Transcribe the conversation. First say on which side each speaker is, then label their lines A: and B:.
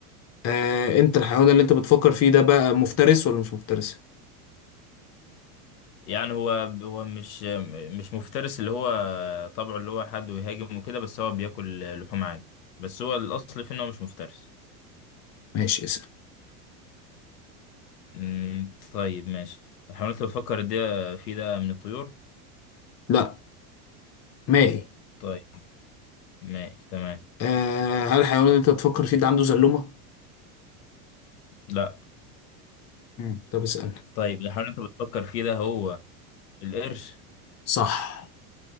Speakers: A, on the left (about 35°); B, on the left (about 85°).
A: آه، انت الحيوان اللي انت بتفكر فيه ده بقى مفترس ولا مش مفترس
B: يعني هو هو مش مش مفترس اللي هو طبعه اللي هو حد ويهاجم وكده بس هو بياكل لحوم عادي بس هو الأصل فيه إن هو مش مفترس
A: ماشي اسأل
B: أمم، طيب ماشي الحيوانات اللي بتفكر دي فيه ده من الطيور
A: لا مائي
B: طيب ماشي تمام
A: آه، هل الحيوان اللي انت بتفكر فيه ده عنده زلومة
B: لا
A: مم. طب اسألني
B: طيب الحيوانات اللي بتفكر فيه ده هو القرش
A: صح